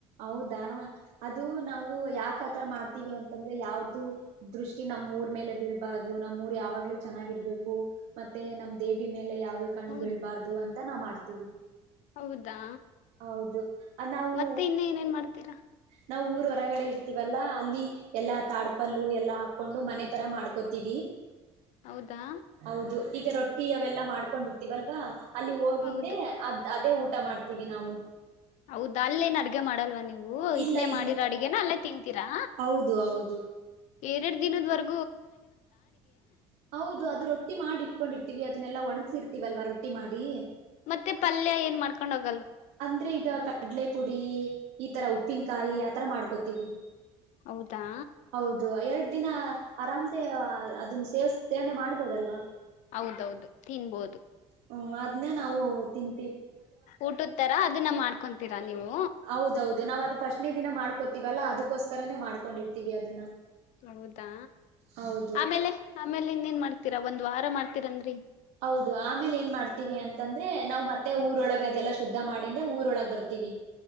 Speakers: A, on the right; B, on the left.
A: ಹೌದಾ ಅದು ನಾವು ಯಾಕ ಮಾಡ್ತೀವಿ ಅಂತಂದ್ರೆ ಯಾವ್ದು ದೃಷ್ಟಿ ನಮ್ಮ್ ಊರ್ ಮೇಲೆ ಬೀಳ್ಬಾರ್ದದು ನಮ್ಮ್ ಊರ್ ಯಾವಾಗ್ಲೂ ಚೆನ್ನಾಗಿರ್ಬೇಕು ಮತ್ತೆ ನಮ್ ದೇವಿ ಮೇಲೆ ಯಾವ್ದ ಕಣ್
B: ಹೌದು
A: ಬೀಳ್ಬಾರ್ದು ಅಂತ ನಾವಮಾಡ್ತೀವಿ
B: ಹೌದಾ
A: ಹೌದು ನಾವು
B: ಮತ್ತೆ ಇನ್ನ ಏನೇನ್ ಮಾಡ್ತೀರಾ
A: ನಾವ್ ಊರ್ ಹೊರಗಡೆ ಇರ್ತವಲ್ಲಾ ಅಲ್ಲಿ ಎಲ್ಲಾ ತಾಡ್ಪಲ್ಲು ಎಲ್ಲಾ ಹಾಕೊಂಡು ಮನೆ ತರ ಮಾಡ್ಕೋತೀವಿ
B: ಹೌದಾ
A: ಹೌದು ಈಗ ರೊಟ್ಟಿ ಟೀ ಅವೆಲ್ಲಾ ಮಾಡ್ಕೊಂಡಿರ್ತೀವಲ್ವಾ ಅಲ್ಲಿ ಹೋಗಿಂದೆ
B: ಹೌದು
A: ಅದು ಅದೇ ಊಟ ಮಾಡ್ತೀವಿ ನಾವು
B: ಹೌದ ಅಲ್ಲ ಏನ್ ಅಡ್ಗೆ ಮಾಡಲ್ವ ನೀವು್ ಹ
A: ಇಲ್ಲ
B: ಇಲ್ಲೇ
A: ಇಲ್ಲ
B: ಮಾಡಿರ ಅಡ್ಗೇನ ಅಲ್ಲೇ ತಿಂತೀರಾ
A: ಹೌದು ಹೌದು
B: ಎರಡು ದಿನವರಗು
A: ಹೌದು ಅದು ರೊಟ್ಟಿ ಮಾಡಿ ಇಟ್ಕೊಂಡಿರ್ತೀವಿ ಅದನ್ನೆಲ್ಲ ಒಣಗ್ಸಿರ್ತವಿ ಇಲವಲ್ವಾ ರೊಟ್ಟಿ ಮಾಡಿ
B: ಮತ್ತೆ ಪಲ್ಯ ಏನ್ ಮಾಡ್ಕೊಂಡ್ ಹೋಗ
A: ಅಂದ್ರೆ ಈಗ ಕಡಲೆ ಪುಡಿ ಈ ತರ ಉ ಪಿಂಕ್ ಇತರ ಮಾಡ್ಕೋತೀವಿ
B: ಹೌದಾ
A: ಹೌದು ಎರಡು ದಿನ ಆರಾಮ್ಸೆ ಅದನ್ನ ಸೇವ ಸೇವನೆ ಮಾಡ್ಬೋದಲ್ವಾ
B: ಹೌದೌದು ತಿನ್ಬೋದು
A: ಹ್ಮ ಅದ್ನ್ನೇ ನಾವು ತಿನ್
B: ಊಟದ ತರ ಅದನ್ನ ಮಾಡ್ಕೊಂತ ತಿಂತಿರಾ ನೀವು
A: ಹೌದೌದು ನಾವ್ ಅದು ಪಟ್ನೆ ದಿನ ಮಾಡ್ಕೋತಿವಲ್ಲಾ ಅದಕ್ಕೋಸ್ಕರನೇ ಮಾಡ್ಕೊಂಡಿರ್ತೀವಿ ಅದನ್ನ
B: ಹೌದಾ
A: ಹೌದು
B: ಆಮೇಲೆ ಆಮೇಲೆ ಇನ್ನೇನ್ ಮಾಡ್ತರ ಒಂದ್ ವಾರ ಮಾಡ್ತೀನಿ ಅಂದ್ರಿ
A: ಹೌದು ಆಮೇಲೆ ಏನ್ ಮಾಡ್ತೀವಿ ಅಂತಂದ್ರೆ ನಾವ್ ಮತ್ತೆ ಊರೊಳಗೆ ಅದೆಲ್ಲ ಶುದ್ಧ ಮಾಡಿಂದೆ ಊರೊಳಗ್ ಬರ್ತೀವಿ